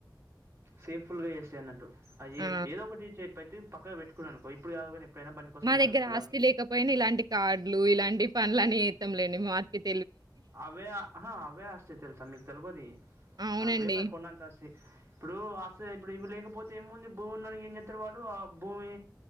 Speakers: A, on the right (about 35°); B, on the right (about 65°).
A: సేఫ్ ఫుల్ గా చేస్తాయ అన్నట్టు అ
B: ఆ!
A: ఏదో ఒకటి చెప్పట్టి పక్క పెట్టుకున్నానుకో ఇప్పుడు కాకపోయినా ఎప్పుడైనా బండికి వస్తాయి
B: మా
A: మనకు
B: దగ్గర
A: కదా
B: ఆస్తి లేకపోయినా ఇలాంటి కార్డులు ఇలాంటి పనులని జేతం లేండి మార్కెట్
A: అవే అవే అస్తి తెలుస మీక్ తెల్బోది
B: అవునండి.
A: అవే మరి కొండంత అస్తతి ఇప్పుడు అసలు ఇప్పుడు ఇవి లేకపోతే ఏంముంది భూమి ఉన్నోనికి ఏం చెతారు వాడు ఆ భూమి